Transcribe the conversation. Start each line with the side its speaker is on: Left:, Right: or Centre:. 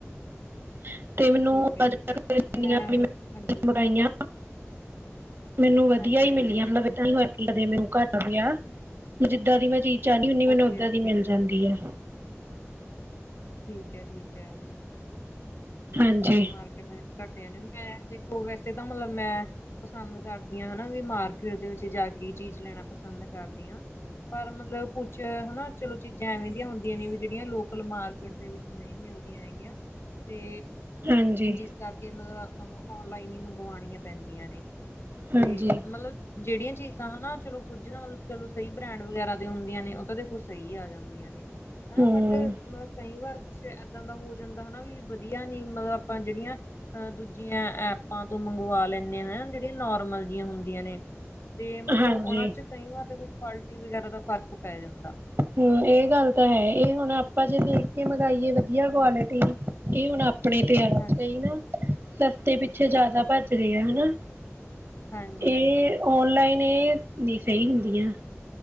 Right: <unintelligible>
Left: ਠੀਕ ਹੈ ਠੀਕ ਹੈ ਮੈਂ ਹਾਂਜੀ
Right: ਮੈਨੂੰ ਵਧੀਆ
Left: ਹਾਂਜੀ
Right: ਹੀ
Left: ਹਾਂਜੀ
Right: ਮਿਲੀਆਂ, ਮਤਲਬ ਏਦਾਂ ਨਹੀਂ ਹੋਇਆ ਮੈਨੂੰ ਘੱਟ ਪਿਆ, ਜਿੱਦਾਂ ਦੀ ਮੈਂ ਚੀਜ਼ ਚਾਹਨੀ ਹੁੰਨੀ ਆ ਮੈਨੂੰ
Left: ਓਕੇ
Right: ਓਦਾਂ
Left: ਓਕੇ
Right: ਦੀ ਮਿਲ ਜਾਂਦੀ ਹੈ।
Left: ਠੀਕ ਹੈ, ਠੀਕ ਹੈ। ਮਤਲਬ
Right: ਹਾਂਜੀ,
Left: ਤੁਸੀਂ ਮਾਰਕੀਟ ਦੇ ਵਿੱਚ ਘੱਟ ਜਾਨੇ ਓ, ਮੈਂ ਦੇਖੋ ਵੈਸੇ ਤਾਂ ਮਤਲਬ ਮੈਂ ਪਸੰਦ ਕਰਦੀਆਂ ਹਨਾ ਵੀ ਮਾਰਕੀਟ ਦੇ ਵਿੱਚ ਜਾ ਕੇ ਚੀਜ਼ ਲੈਣਾ ਪਸੰਦ ਕਰਦੀ ਹਾਂ। ਪਰ ਮਤਲਬ ਕੁਛ ਹਨਾ ਚਲੋ ਚੀਜ਼ਾਂ ਐਵੇਂ ਦੀਆਂ ਹੁੰਦੀਆਂ ਨੇ ਵੀ ਜਿਹੜੀਆਂ ਲੋਕਲ ਮਾਰਕੀਟ ਦੇ ਵਿੱਚ ਨਹੀਂ ਮਿਲਦੀਆਂ ਹੈਗੀਆਂ। ਤੇ
Right: ਹਾਂਜੀ।
Left: ਜਿਸ ਕਰਕੇ ਮਤਲਬ ਔਨਲਾਈਨ ਹੀ ਮੰਗਵਾਉਣੀਆਂ ਪੈਂਦੀਆਂ ਨੇ <inaudible>
Right: ਹਾਂਜੀ
Left: 'ਤੇ ਮਤਲਬ ਜਿਹੜੀਆਂ ਚੀਜ਼ਾਂ ਹਨਾ ਚਲੋ ਕੁੱਝ ਨਾ ਮਤਲਬ ਚਲੋ ਸਹੀ ਬ੍ਰੈਂਡ ਵਗੈਰਾ ਦੇ ਹੁੰਦੀਆਂ ਨੇ ਉਹ ਤਾਂ ਦੇਖੋ ਸਹੀ ਆ ਜਾਂਦੀ। ਨੇ ਹਨਾ,
Right: ਹੂੰ।
Left: ਬਟ ਮਤਲਬ ਕਈ ਵਾਰ ਕੁਛ ਇਦਾਂ ਦਾ ਹੋ ਜਾਂਦਾ ਹਨਾ ਵੀ ਵਧੀਆ ਨੀ ਮਤਲਬ ਆਪਾਂ ਜਿਹੜੀਆਂ ਆ ਦੂਜੀਆਂ ਐਪਾਂ ਤੋਂ ਮੰਗਵਾ ਲੈਂਦੇ ਹੈ ਹਨਾ। ਜਿਹੜੀਆਂ ਨੋਰਮਲ ਜਹੀਆਂ ਹੁੰਦੀਆਂ ਨੇ 'ਤੇ ਮਤਲਬ
Right: ਹਾਂਜੀ
Left: ਉਹਨਾਂ 'ਚ ਕਈ ਵਾਰ ਦੇਖੋ ਕੁਆਲਿਟੀ ਵਗੈਰਾ ਦਾ ਫ਼ਰਕ ਪੈ ਜਾਂਦਾ।
Right: ਹਮ, ਇਹ ਗੱਲ ਤਾਂ ਹੈ ਇਹ ਹੁਣ ਆਪਾਂ ਜੇ ਦੇਖ ਕੇ ਮੰਗਾਈਏ ਵਧੀਆ ਕੁਆਲਿਟੀ ਇਹ ਹੁਣ ਆਪਣੇ 'ਤੇ' ਹੈ
Left: ਹਾਂਜੀ
Right: ਕਈ ਨਾ ਸਸਤੇ ਪਿੱਛੇ
Left: ਬਿਲਕੁਲ
Right: ਜ਼ਿਆਦਾ ਭੱਜ ਰਹੇ ਆ ਹਨਾ
Left: ਹਾਂਜੀ
Right: ਇਹ,
Left: ਹਾਂਜੀ
Right: ਔਨਲਾਈਨ ਇਹ ਨਹੀਂ ਸਹੀ ਹੁੰਦੀਆਂ।